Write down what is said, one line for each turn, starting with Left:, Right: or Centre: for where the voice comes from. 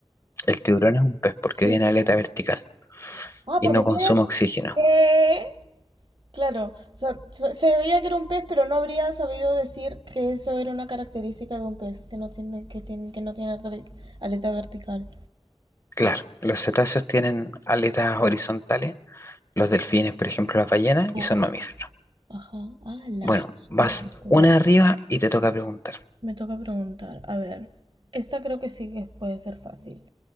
Left: El tiburón es un pez porque
Right: Sí.
Left: tiene aleta vertical
Right: Ah,
Left: y
Right: porque
Left: no
Right: tiene...
Left: consume oxígeno.
Right: ¿Qué? Claro, o sea, se se veía que era un pez, pero no habría sabido decir que eso era una característica de un pez, que no tiene, que tiene, que no tiene aleta ve- aleta vertical.
Left: Claro, los cetáceos tienen aletas horizontales, los delfines, por ejemplo, las ballenas,
Right: Ah,
Left: y son mamíferos.
Right: ajá, ala,
Left: Bueno, vas
Right: qué bonito.
Left: una
Right: Ya,
Left: arriba y te toca preguntar.
Right: me toca preguntar. A ver, esta creo que sí que puede ser fácil.